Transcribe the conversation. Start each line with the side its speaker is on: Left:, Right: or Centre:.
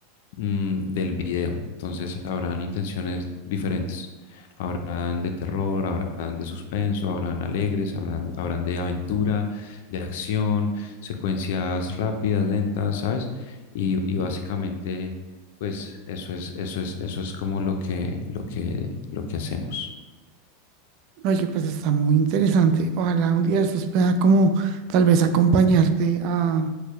Left: mm, del video. Entonces, habrán intenciones diferentes. Habrán de terror, habrán de suspenso, habrán alegres, habrán, habrán de aventura, de acción, secuencias rápidas, lentas, ¿sabes? Y, y básicamente, pues eso es, eso es, eso es como lo que, lo que, lo que hacemos.
Right: Oye, pues está muy interesante. Ojalá un día de estos pueda como tal vez acompañarte a,